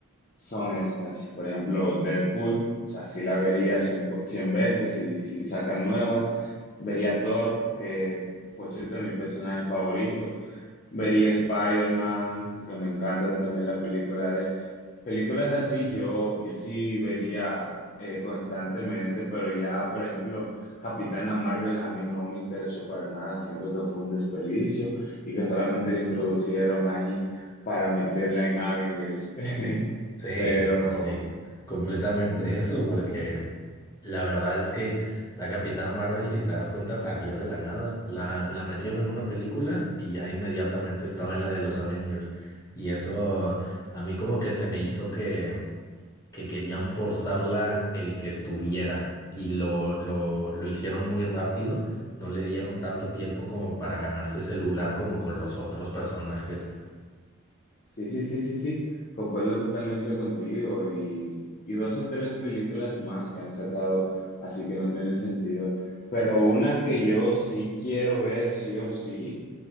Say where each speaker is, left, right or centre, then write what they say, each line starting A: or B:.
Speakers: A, on the left; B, on the left.
A: son estas. Por ejemplo, Deadpool. O sea, sí la vería cien po- 100 veces si, si sacan nuevas. Vería Thor, que por cierto es mi personaje favorito. Vería Spider-Man, porque me encantan también las películas de él. Películas así yo, yo sí vería eh, constantemente, pero ya, por ejemplo, Capitana Marvel a mí no me interesó para nada, siento que fue un desperdicio y que solamente le introducieron ahí para meterla en Avengers. <laughs>
B: Sí,
A: Pero
B: no, sí, completamente eso, porque la verdad es que la Capitana Marvel, si te das cuenta, salió de la nada. La, la metieron en una película y ya inmediatamente estaba en la de los Avengers. Y eso a mí como que se me hizo que que querían forzarla el que estuviera y lo, lo, lo hicieron muy rápido, no le dieron tanto tiempo como para ganarse ese lugar como con los otros personajes.
A: sí, sí, sí, sí, sí, concuerdo totalmente contigo y, y dos o tres películas más que han sacado, así que no tienen sentido. Pero una que yo sí quiero ver, sí o sí